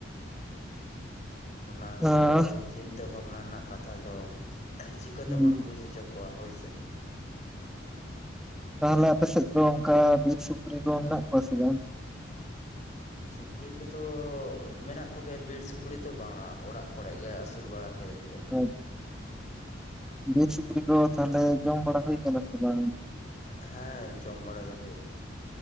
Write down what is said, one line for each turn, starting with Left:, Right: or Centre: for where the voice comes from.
Left: ᱚᱱᱟ
Centre: ᱟᱸ
Left: ᱜᱮᱛᱚ ᱪᱤᱱᱛᱟᱹ ᱵᱷᱟᱵᱱᱟ ᱨᱮᱱᱟᱜ ᱠᱟᱛᱷᱟ ᱫᱚ ᱪᱤᱠᱟᱹ
Centre: ᱦᱩᱸ
Left: ᱛᱮᱵᱚᱱ ᱵᱩᱡ ᱦᱚᱪᱚ ᱠᱚᱣᱟ ᱠᱚᱣᱟ ᱦᱳᱭ ᱥᱮ
Centre: ᱛᱟᱦᱚᱞᱮ ᱟᱯᱮ ᱥᱮᱫ ᱫᱚ ᱚᱱᱠᱟ ᱵᱤᱨ ᱥᱩᱠᱨᱤ ᱠᱚ ᱢᱮᱱᱟᱜ ᱠᱚᱣᱟ ᱥᱮ ᱵᱟᱝ
Left: ᱥᱩᱠᱨᱤ ᱠᱚᱫᱚ ᱢᱮᱱᱟᱜ ᱠᱚᱜᱮᱭᱟ ᱵᱤᱨ ᱥᱩᱠᱨᱤ ᱫᱚ ᱵᱟᱝᱟ ᱚᱲᱟᱜ ᱠᱚᱨᱮ ᱜᱮ ᱟᱹᱥᱩᱞ ᱵᱟᱲᱟ ᱦᱩᱭᱩᱜ ᱜᱮᱭᱟ
Centre: <inaudible> ᱵᱤᱨ ᱥᱩᱠᱨᱤ ᱠᱚ ᱛᱟᱦᱚᱞᱮ ᱡᱚᱢ ᱵᱟᱲᱟ ᱦᱩᱭᱩ ᱟᱠᱟᱱᱟ ᱥᱮ ᱵᱟᱝ
Left: ᱦᱮᱸ ᱡᱚᱢ ᱵᱟᱲᱟ ᱫᱚ ᱦᱩᱭᱩᱜ ᱜᱮᱭᱟ